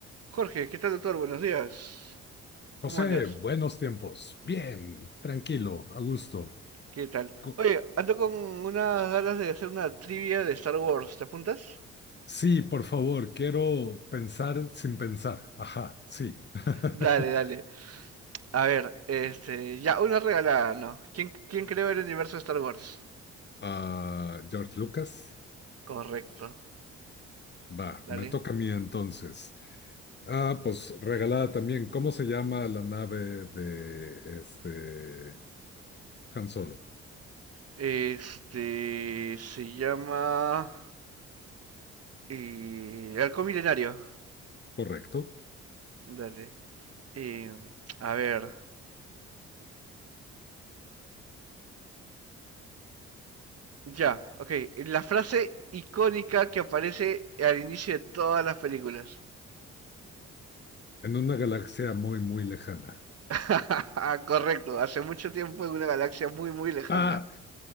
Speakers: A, on the right; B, on the left.
A: Jorge, ¿qué tal, doctor? Buenos días. ¿Cómo
B: José,
A: andas?
B: buenos tiempos. Bien, tranquilo, a gusto.
A: ¿Qué tal?
B: Co-
A: Oye, ando con unas ganas de hacer una trivia de Star Wars. ¿Te apuntas?
B: Sí, por favor, quiero pensar sin pensar. Ajá, sí. <laughs>
A: Dale, dale. A ver, este, ya, una regalada, ¿no? ¿Quién, quién creó el universo de Star Wars?
B: Ah, George Lucas.
A: Correcto,
B: Va,
A: dale.
B: me toca a mí entonces. Ah, pues regalada también. ¿Cómo se llama la nave de este Han Solo?
A: Este, se llama... eh, Halcón Milenario.
B: Correcto.
A: Dale. Em, a ver. Ya, ok. La frase icónica que aparece al inicio de todas las películas.
B: En una galaxia muy, muy lejana.
A: <laughs> Correcto, hace mucho tiempo en una galaxia muy, muy lejana.
B: Ah,